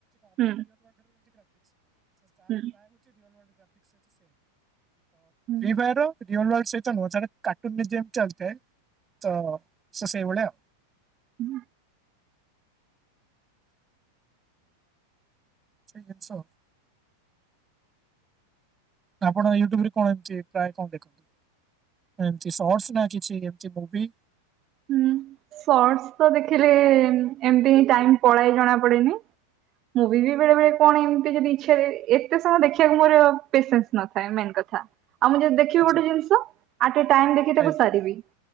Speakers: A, on the right (about 35°); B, on the right (about 20°).
A: ହୁଁ ହୁଁ ହୁଁ
B: <unintelligible> <unintelligible> ରିୟଲ ଲାଇଫ ସହ ନୁହେଁ ସେ କାର୍ଟୁନ ଚାଲିଥାଏ ତ ସେସବୁ ଭଳିଆ।
A: ହୁଁ
B: ସେଇ ଜିନିଷ ଆପଣ ୟୁଟ୍ୟୁବ ରେ କଣ ଏମିତି ପ୍ରାୟ କଣ ଦେଖନ୍ତି। ଏମିତି ସଟ ନା କିଛି ଏମିତି ମୁଭି?
A: ହୁଁ ସଟ ତ ଦେଖିଲେ ଏମତି ଟାଇମ ପଳାଏ ଜଣା ପଡ଼େନି। ମୁଭି ବେଳେ ବେଳେ କଣ ଏମିତି ଯଦି ଇଛା ଏତେ ସମୟ ଦେଖିବାକୁ ମୋର ପେସେସ ନଥାଏ ମେନ କଥା। ଆଉ ମୁଁ ଯଦି ଦେଖିବି
B: ଆଚ୍ଛା
A: ଗୋଟେ ଜିନିଷ ଆ ଟେ ଟାଇମ ଦେଖି ତାକୁ
B: ଏ
A: ସାରିବି।